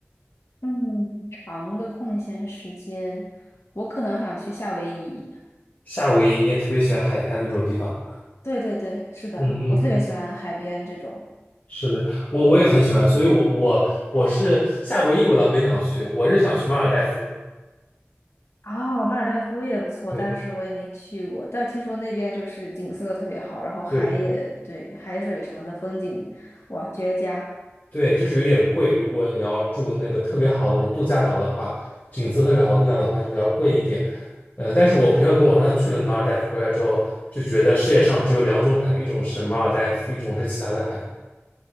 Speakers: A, on the left; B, on the left.
A: 嗯，长的空闲时间，我可能想去夏威夷。
B: 夏威夷，你也特别喜欢海滩那种地方。
A: 对对对，是的，
B: 嗯嗯，
A: 我特别喜欢海边这种。
B: 是的，我我也很喜欢，所以我我我是夏威夷，我倒没想去，我是想去马尔代夫。
A: 哦，马尔代夫也不错，
B: 对
A: 但是我也没去过。但听说那边就是景色特别好，然后海也，
B: 对。
A: 对，海水什么的风景，哇，绝佳！
B: 对，就是有点贵。如果你要住那个特别好的那种度假岛的话，景色特别好的度假岛的话，就比较贵一点。嗯，但是我朋友跟我说，他去了马尔代夫回来之后，就觉得世界上只有两种海，一种是马尔代夫，一种是其他的海。